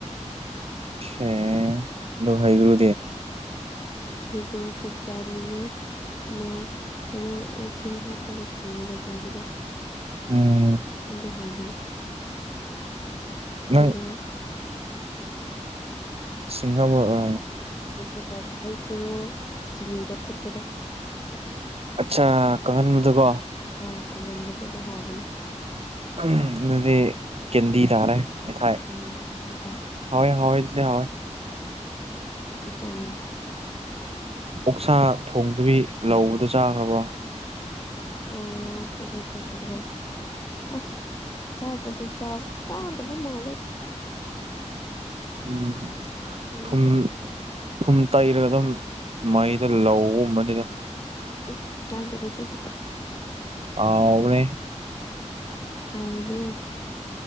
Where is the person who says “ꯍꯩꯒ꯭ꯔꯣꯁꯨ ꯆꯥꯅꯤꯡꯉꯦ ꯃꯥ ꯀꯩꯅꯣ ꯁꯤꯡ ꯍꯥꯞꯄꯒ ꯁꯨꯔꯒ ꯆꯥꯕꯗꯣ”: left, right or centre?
Left